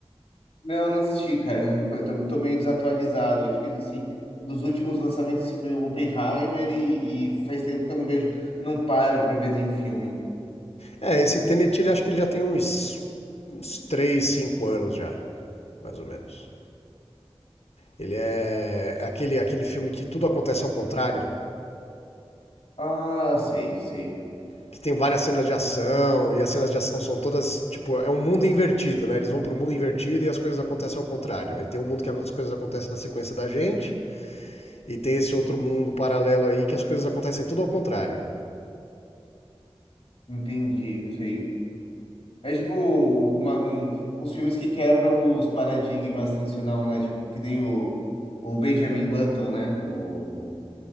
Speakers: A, on the left; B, on the left.
A: Não, eu não assisti, cara. Eu falei, tô, tô meio desatualizado. Acho que, assim, dos últimos lançamentos, assim, foi o Oppenheimer e, e faz tempo que eu não vejo, não paro pra ver nenhum filme.
B: É, esse Tenet, ele acho que ele já tem uns, uns 3 5 anos já, mais ou menos. Ele é aquele, aquele filme que tudo acontece ao contrário,
A: Ah, sei, sei.
B: que tem várias cenas de ação, e as cenas de ação são todas, tipo, é um mundo invertido, né? Eles vão pro mundo invertido e as coisas acontecem ao contrário. Aí tem o mundo que as coisas acontecem na sequência da gente, e tem esse outro mundo paralelo aí que as coisas acontecem tudo ao contrário.
A: Entendi, sei. É tipo uma- um, uns filmes que quebram os paradigmas tradicional, né? Tipo, que nem o, o Benjamin Button, né? O